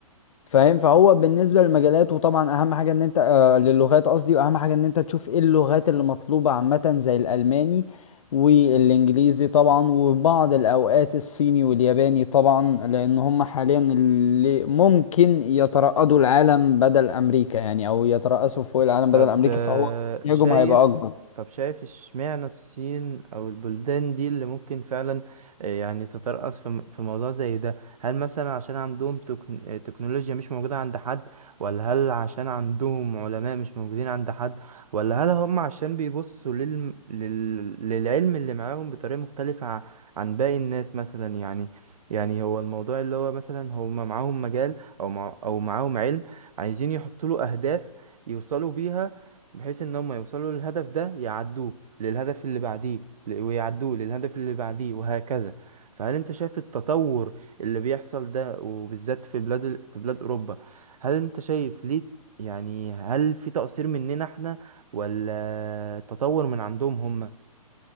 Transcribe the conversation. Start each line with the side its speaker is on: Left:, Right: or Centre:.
Left: فاهم فهو بالنسبه للمجالات وطبعا اهم حاجه ان انت آه للغات قصدي واهم حاجه ان انت تشوف ايه اللغات اللي مطلوبه عامه زي الالماني والانجليزي طبعا وبعض الاوقات الصيني والياباني طبعا لان هم حاليا اللي ممكن يترأسوا العالم بدل امريكا يعني او يترأسوا فوق العالم
Right: طب
Left: بدل امريكا
Right: آه،
Left: فهو احتياجهم
Right: شايف
Left: هيبقى اكبر
Right: طب شايف اشمعنى الصين او البلدان دي اللي ممكن فعلا آه، يعني تترأس في م- في موضوع زي ده هل مثلا عشان عندهم تكن- آه، تكنولوجيا مش موجودة عند حد ولا هل عشان عندهم علماء مش موجودين عند حد ولا هل هم عشان بيبصوا للم... لل... للعلم اللي معاهم بطريقة مختلفة ع- عن باقي الناس مثلا يعني يعني هو الموضوع اللي هو مثلا هم معاهم مجال او مع... او معاهم علم عايزين يحطوا له اهداف يوصلوا بيها بحيث ان هم يوصلوا للهدف ده يعدوه للهدف اللي بعديه ل- ويعدوه للهدف اللي بعديه وهكذا فهل انت شايف التطور اللي بيحصل ده وبالذات في بلاد ال- في بلاد اوروبا هل انت شايف ليه يعني هل في تقصير مننا احنا ولا تطور من عندهم هم